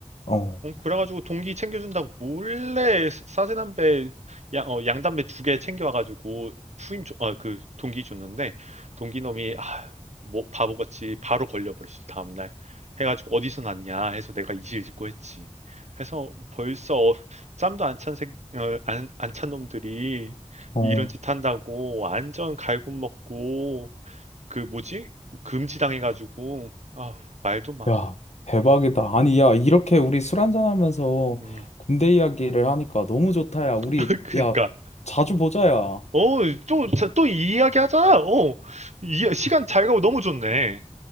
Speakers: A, on the left (about 65°); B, on the right (about 70°).
A: 어,
B: 어, 그래가지고 동기 챙겨준다고 몰래 사 싸세남배 양, 어, 양담배 두 개 챙겨와가지고 후임 줘, 아, 그 동기 줬는데 동기 놈이 아, 뭐 바보같이 바로 걸려버렸어 다음날 해가지고 어디서 났냐 해서 내가 이실직고 했지 해서 벌써 짬도 안 찬 색, 어, 안, 안 찬 놈들이
A: 어,
B: 이런 짓 한다고 완전 갈굼 먹고 그 뭐지 금지당해가지고 아 말도 마
A: 야, 대박이다. 아니, 야, 이렇게 우리 술 한잔하면서
B: 음.
A: 군대 이야기를 하니까 너무 좋다, 야. 우리,
B: <laughs> 그니까
A: 야, 자주 보자, 야.
B: 어, 또, 자, 또 이야기하자. 어, 이, 시간 잘 가고 너무 좋네.